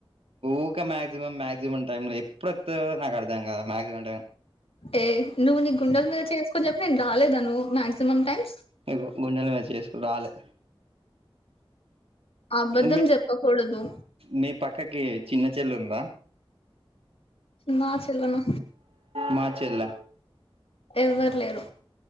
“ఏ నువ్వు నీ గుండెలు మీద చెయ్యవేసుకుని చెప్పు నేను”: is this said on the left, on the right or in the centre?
Left